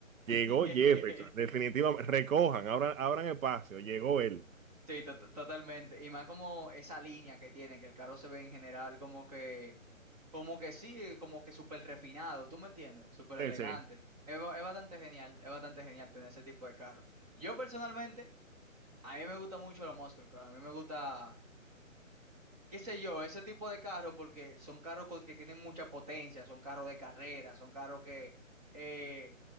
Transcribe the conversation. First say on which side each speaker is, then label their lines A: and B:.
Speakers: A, on the right (about 30°); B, on the right (about 75°).
A: <laughs>
B: llegó Jefferson, definitivamente, recojan, abran, abran espacio, llegó él,
A: Sí, to- to- totalmente. Y más como esa línea que tienen, que el carro se ve en general como que Como que sí, como que súper refinado, ¿tú me entiendes? Súper elegante.
B: sí, sí,
A: Es, ba- es bastante genial, es bastante genial tener ese tipo de carro. Yo personalmente, a mí me gusta mucho los muscle car, a mí me gusta, qué sé yo, ese tipo de carros porque son carros con- que tienen mucha potencia, son carros de carrera, son carros que, eh,